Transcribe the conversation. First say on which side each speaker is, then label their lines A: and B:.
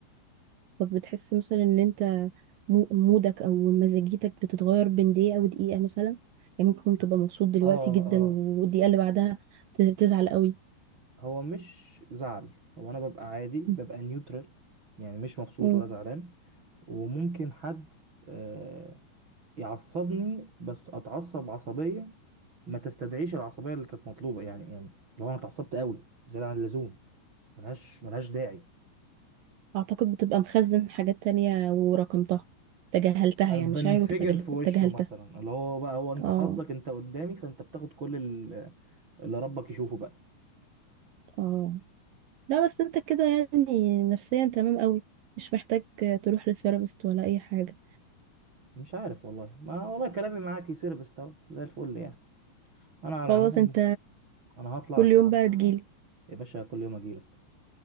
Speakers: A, on the right; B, on the right.
A: طب بتحس مثلا ان انت مو- مودك او مزاجيتك بتتغير بين دقيقه ودقيقه مثلا يعني ممكن تبقى مبسوط دلوقتي
B: اه
A: جدا
B: اه
A: والدقيقه اللي بعدها ت- تزعل قوي
B: هو مش زعل هو انا ببقى عادي ببقى
A: مم.
B: نيوترال يعني مش مبسوط
A: مم.
B: ولا زعلان وممكن حد آه، يعصبني بس اتعصب عصبيه ما تستدعيش العصبيه اللي كانت مطلوبه يعني يعني اللي هو انا اتعصبت قوي زياده عن اللزوم ملهاش ملهاش داعي
A: اعتقد بتبقى مخزن حاجات تانية ورقمتها تجاهلتها
B: بنفجر
A: يعني مشاعر
B: في وشه
A: وتجاهلتها
B: مثلا اللي هو بقى هو انت
A: اه
B: حظك انت قدامي فانت بتاخد كل ال- اللي ربك يشوفه بقى
A: اه لا بس انت كده يعني نفسيا تمام قوي مش محتاج تروح لثيرابيست ولا اي حاجة
B: مش عارف والله ما والله كلامي معاك يصير بستو زي الفل يعني انا على
A: خلاص
B: العموم
A: انت
B: انا هطلع
A: كل
B: عشان
A: يوم
B: أنا
A: بقى تجيلي
B: يا باشا كل يوم اجيلك